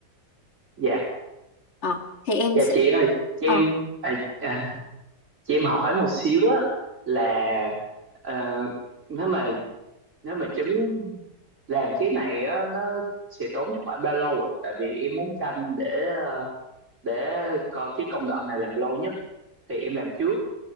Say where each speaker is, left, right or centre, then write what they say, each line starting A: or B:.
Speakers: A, on the right; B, on the left.
A: dạ
B: Ờ, thì em
A: Dạ, chị ơi cho
B: Ờ,
A: em à, à, cho em hỏi một xíu á là ờ, nếu mà nếu mà trứng làm cái này á nó sẽ tốn khoảng bao lâu ạ tại vì em muốn canh để ờ, để coi cái công đoạn này làm lâu nhất thì em làm trước